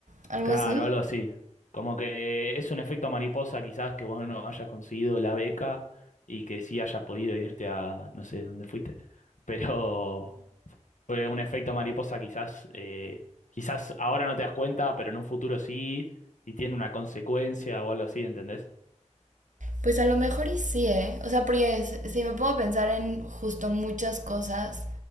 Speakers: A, on the right (about 85°); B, on the left (about 85°).
A: algo
B: Claro,
A: así.
B: algo así. Como que es un efecto mariposa quizás que vos no hayas conseguido la beca y que sí hayas podido irte a no sé dónde fuiste, <laughs> pero fue un efecto mariposa quizás, eh, quizás ahora no te das cuenta, pero en un futuro sí y tiene una consecuencia o algo así, ¿entendés?
A: Pues a lo mejor y sí, ¿eh? O sea, porque s- si me puedo pensar en justo muchas cosas